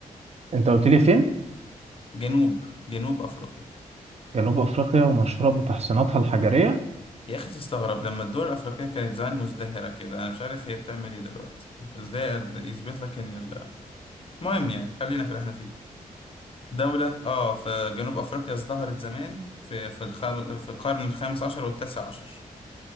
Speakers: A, on the right (about 45°); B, on the left (about 35°).
A: انت قلت لي فين؟
B: جنوب جنوب أفريقيا
A: جنوب أفريقيا ومشهورة بتحصيناتها الحجرية
B: يا أخي تستغرب لما الدول الأفريقية كانت زمان مزدهرة كده أنا مش عارف هي بتعمل إيه دلوقتي بس ده يثبت لك إن ال- المهم يعني خلينا في اللي إحنا فيه دولة آه في جنوب أفريقيا ازدهرت زمان في في الخم... في القرن الخامس عشر والتاسع عشر